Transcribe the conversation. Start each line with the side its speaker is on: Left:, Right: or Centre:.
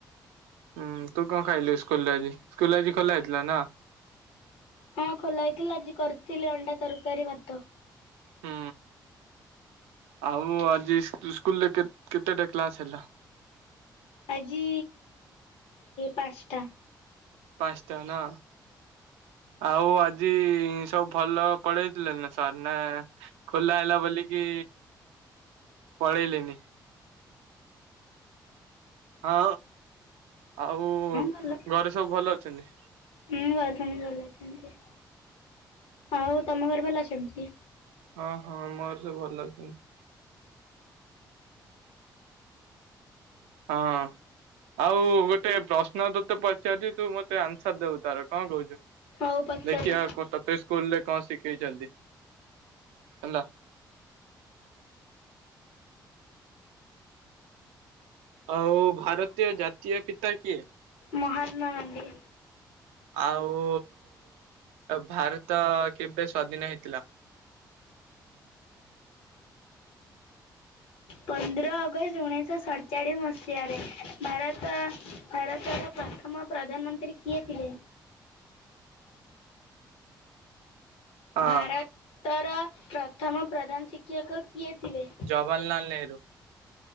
Right: ହୁଁ ତୁ କଣ ଖାଇଲୁ ସ୍କୁଲରେ ଆଜି, ସ୍କୁଲ ଆଜି ଖୋଲା ହେଇଥିଲା ନା।
Left: ହଁ ଖୋଲା ହେଇଥିଲା ଆଜି କରିଥିଲେ ଅଣ୍ଡା ତରକାରୀ, ଭାତ।
Right: ହୁଁ ଆଉ ଆଜି ସ୍କୁଲରେ କେ କେତେଟା କ୍ଲାସ୍ ହେଲା?
Left: ଆଜି ପାଞ୍ଚଟା।
Right: ପାଞ୍ଚଟା ନା। ଆଉ ଆଜି ସବୁ ଭଲ ପଢେଇଥିଲେ ନା ସାର୍ ନା? ଖୋଲା ହେଲା ବୋଲିକି ପଳେଇଲିନି। ହଁ ଆଉ
Left: ଭଲ।
Right: ଘରେ ସବୁ ଭଲ ଅଛନ୍ତି?
Left: ହଁ ଘରେ ତ ଭଲ ଅଛନ୍ତି, ଆଉ ତମ ଘରେ ଭଲ ଅଛନ୍ତି?
Right: ହଁ ହଁ ମୋର ସେ ଭଲ ଅଛନ୍ତି। ହଁ ଅ ଆଉ ଗୋଟେ ପ୍ରଶ୍ନ ତୋତେ ପଚାରୁଛି ତୁ ମତେ ଆନ୍ସର ଦବୁ ତାର କଣ କହୁଛୁ?
Left: ହଉ ପଚାରେ।
Right: ଦେଖିବା ତତେ ସ୍କୁଲ ରେ କଣ ଶିଖେଇଛନ୍ତି ହେଲା। ଆଉ ଭାରତୀୟ ଜାତୀୟ ପିତା କିଏ?
Left: ମହାତ୍ମା ଗାନ୍ଧୀ।
Right: ଆଉ ଭାରତ କେବେ ସ୍ଵାଧୀନ ହେଇଥିଲା?
Left: ପନ୍ଦର ଅଗଷ୍ଟ ଉଣେଇଶହ ସତଚାଳିଶ ମସିହାରେ ଭାରତ ଭାରତର ପ୍ରଥମ ପ୍ରଧାନମନ୍ତ୍ରୀ କିଏ ଥିଲେ?
Right: ହଁ
Left: ଭାରତର ପ୍ରଥମ ପ୍ରଧାନ ଶିକ୍ଷକ କିଏ ଥିଲେ?
Right: ଜବାହରଲାଲ ନେହେରୁ।